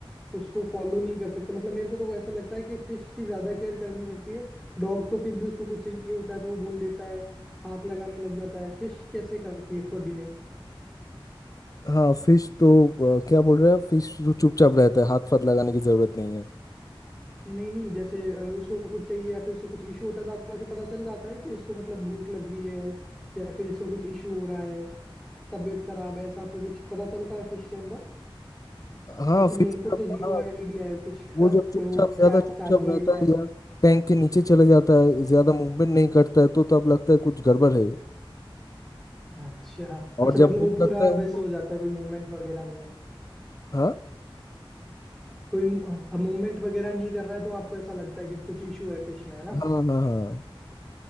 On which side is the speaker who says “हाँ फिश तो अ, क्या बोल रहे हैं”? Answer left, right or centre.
Left